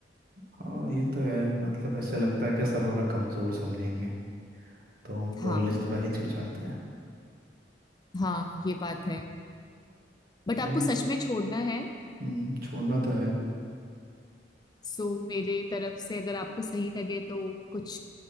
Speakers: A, on the right; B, on the left.
A: हाँ ये तो है मतलब ऐसे लगता है कि सब हमें कमज़ोर समझेंगे तो हम
B: हाँ
A: बोलने से थोड़ा हिचकिचाते हैं
B: हाँ ये बात है बट
A: मैंने
B: आपको सच में छोड़ना है
A: हम्म, छोड़ना तो है
B: सो मेरे तरफ से अगर आपको सही लगे तो कुछ